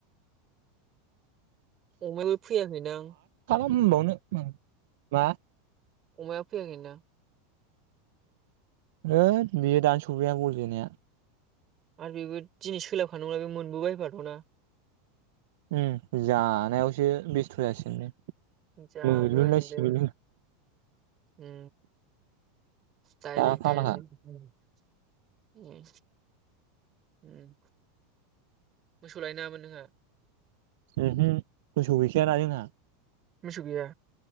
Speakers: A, on the right; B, on the right.
A: <unintelligible> फैयाखैदां।
B: मबावनो उम मा।
A: अमाया फैयाखै ना?
B: होद बियो दानो सफैया बल जोनाया
A: आरो बेबो दिनै सोलाबखानांगौला बे मोनबोबायफाथ'ना
B: उम जानायावसो बेस्थ' जासिगोन बे
A: जागोनलै
B: मोलुनलायसिगोन
A: उम डाइरेक्ट-डाइरेक्ट
B: दा फाग्लाखा
A: उम-उम उम मोसौ लाय नाङामोन नोंहा?
B: उहो मोसौ गैखाया ना जोंहा
A: मोसौ गैया